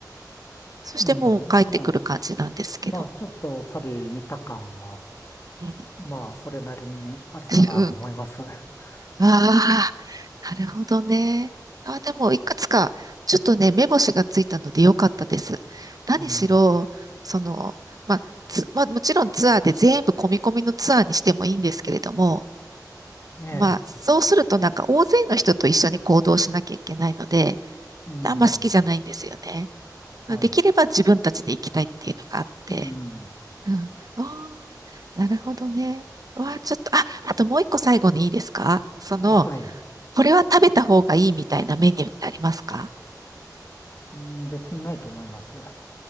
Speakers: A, on the right; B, on the left.
A: そしてもう帰ってくる感じなんですけど。
B: うん。なあまあ、ちょっとパリ見た感は、
A: うん
B: まあ、それなりにあるかなと思います。
A: うん。
B: <laughs>
A: ああ、なるほどね。ああ、でも、いくつか、ちょっとね、目星がついたのでよかったです。何しろ、
B: うん。
A: その、まあ、つ、まあ、もちろんツアーで全部込み込みのツアーにしてもいいんですけれども、
B: ええ。
A: まあ、そうするとなんか大勢の人と一緒に行動しなきゃいけないので、
B: うん。
A: あんま好きじゃないんですよね。
B: はい。
A: できれば自分たちで行きたいっていうのがあって。
B: うん。
A: うん。おーなるほどね。わあ、ちょっと、あ、あともう一個最後にいいですかその、
B: あ、はい。
A: これは食べた方がいいみたいなメニューってありますか
B: うん、別にないと思います。は